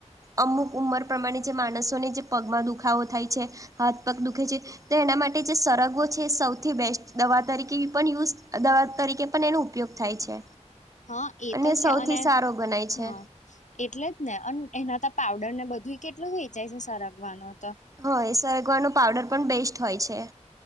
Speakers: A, on the right (about 30°); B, on the left (about 80°).
A: અમુક ઉંમર પ્રમાણે જે માણસોને જે પગમાં દુખાવો થાય છે હાથ પગ દુઃખે છે તો એના માટે જે સરગવો છે સૌથી બેસ્ટ દવા તરીકે પણ યુઝ દવા તરીકે પણ એનો ઉપયોગ થાય છે
B: હ એ
A: અને
B: તો છે
A: સૌથી સારો ગનાય
B: હ
A: છે
B: એટલે જ ને અને એના તો પાવડર ને બધું કેટલું વેચાય છે સરગવાનું તો
A: હય સરગવાનું પાવડર પણ બેસ્ટ હોય છે